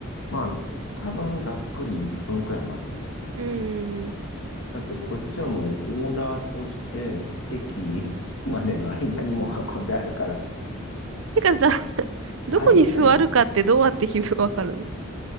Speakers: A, on the left; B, on the right.
A: まあ、多分ざっくり1分くらい待つんじゃない
B: うーん。
A: だってこっちはもうオーダーとして席 <laughs> 着くまでの間にもう運んであるから、
B: てかさ、<laughs> どこに座るかってどうやって決め、
A: ありえないんだよ。
B: わかるの